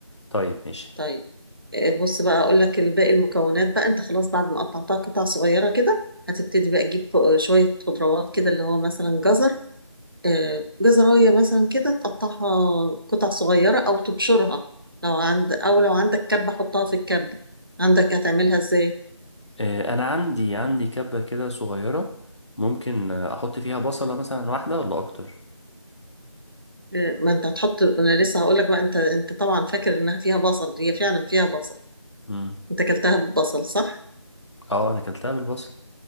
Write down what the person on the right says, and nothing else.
طيب آه، بص بقى اقول لك الباقي المكونات بقى انت خلاص بعد ما قطعتها قطع صغيره كده هتبتدي بقى تجيب خ- آه، شويه خضروات كده اللي هو مثلا جزر آه، جزرايه مثلا كده تقطعها قطع صغيره او تبشرها لو عند او لو عندك كبه حطها في الكبه عندك هتعملها ازاي
آه، ما انت هتحط انا لسه هقول لك بقى انت انت طبعا فاكر انها فيها بصل هي فعلا فيها بصل
انت اكلتها ببصل صح